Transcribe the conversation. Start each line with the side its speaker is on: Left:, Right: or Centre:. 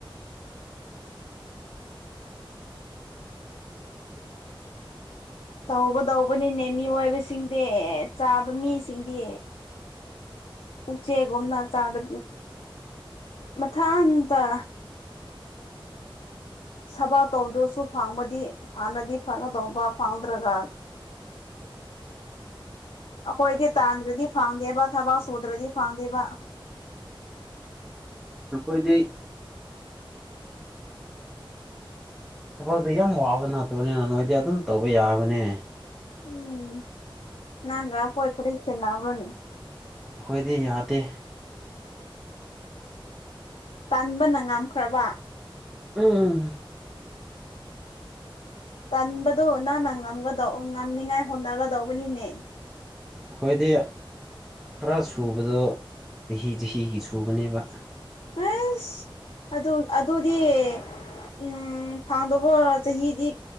Left: ꯇꯧꯒꯗꯧꯕꯅꯤꯅꯦ ꯃꯤ ꯑꯣꯏꯏꯕꯁꯤꯡꯗꯤ ꯆꯥꯕ ꯃꯤꯁꯤꯡꯗꯤ ꯎꯆꯦꯛꯒꯨꯝꯅ ꯆꯥꯗ ꯃꯊꯟꯇ ꯁꯕꯥ ꯇꯧꯗ꯭ꯔꯁꯨ ꯐꯪꯕꯗꯤ ꯍꯥꯟꯅꯗꯤ ꯐꯪꯒꯗꯧꯕ ꯐꯪꯗ꯭ꯔꯒ
Centre: <inaudible>
Left: ꯑꯩꯈꯣꯏꯗꯤ ꯇꯥꯟꯗ꯭ꯔꯗꯤ ꯐꯪꯗꯦꯕ ꯊꯕꯛ ꯁꯨꯗ꯭ꯔꯗꯤ ꯐꯪꯗꯦꯕ
Centre: ꯑꯩꯈꯣꯏꯗꯤ ꯊꯕꯛꯇꯛꯇ ꯌꯥꯝ ꯋꯥꯕ ꯅꯥꯇꯕꯅꯤꯅ ꯅꯣꯏꯗꯤ ꯑꯗꯨꯝ ꯇꯧꯕ ꯌꯥꯕꯅꯦ
Left: ꯎꯝ ꯅꯪꯒ ꯑꯩꯍꯣꯏꯒ ꯀꯔꯤ ꯈꯦꯠꯅꯅꯥꯕ꯭ꯅꯣꯅꯦ꯫
Centre: ꯑꯩꯈꯣꯏꯗꯤ ꯌꯥꯗꯦ
Left: ꯇꯥꯟꯕꯅ ꯉꯝꯈ꯭ꯔꯕ
Centre: ꯎꯝ
Left: ꯇꯟꯕꯗꯣ ꯅꯪꯅ ꯉꯝꯒ ꯉꯝꯅꯤꯉꯥꯏ ꯍꯣꯠꯅꯒꯗꯧꯕꯅꯤꯅꯦ
Centre: ꯑꯩꯈꯣꯏꯗꯤ ꯈꯔ ꯁꯨꯕꯗꯣ ꯆꯍꯤ ꯆꯍꯤꯒꯤ ꯁꯨꯕꯅꯦꯕ
Left: ꯑꯁ ꯑꯗꯨ ꯑꯗꯨꯗꯤ ꯎꯝ ꯐꯥꯡꯗꯧꯕ ꯆꯍꯤꯗꯤ